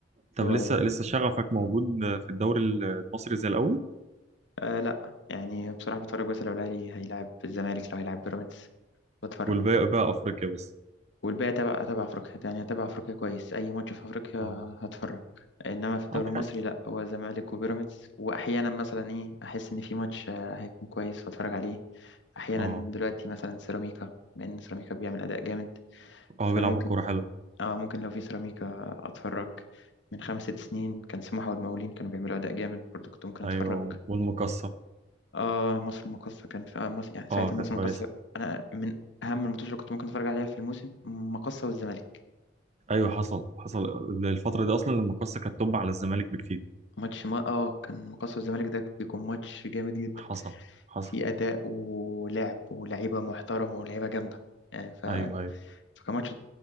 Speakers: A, on the right (about 40°); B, on the left (about 80°).
A: طب
B: هو
A: لسه لسه شغفك موجود في الدوري المصري زي الاول
B: آه لا يعني بصراحة بتفرج بس لو الاهلي هيلعب الزمالك لو هيلعب بيراميدز بتفرج
A: والباقي بقى افريقيا بس
B: والباقي تبع تبع افريقيا يعني تبع افريقيا كويس اي ماتش في افريقيا
A: اه
B: هتفرج انما في الدوري
A: ما بحس
B: المصري لا هو زمالك وبيراميدز واحيانا مثلا ايه احس ان في ماتش آه، هيكون كويس فاتفرج عليه احيانا
A: اه
B: دلوقتي مثلا سيراميكا بما ان سيراميكا بيعمل اداء جامد
A: اه
B: فممكن
A: بيلعبوا كوره حلو
B: اه ممكن لو في سيراميكا اتفرج من خمس ست سنين كان سموحة والمقاولين كانوا بيعملوا اداء جامد برضو كنت ممكن اتفرج
A: ايوه والمقصه
B: اه مصر المقاصة كان في آه مصر يعني ساعتها
A: اه
B: مصر
A: كانت كويسه
B: المقاصة انا من اهم الماتشات اللي كنت ممكن اتفرج عليها في الموسم مقاصة والزمالك
A: ايوه حصل حصل الفتره دي اصلا المقصه كانت توب على الزمالك بكتير
B: ماتش ما اه كان مقصة الزمالك ده بيكون ماتش جامد جدا
A: حصل حصل
B: في أداء ولعب ولعيبة محترمة ولعيبة جامدة يعني ف...
A: ايوه ايوه
B: فكان ماتش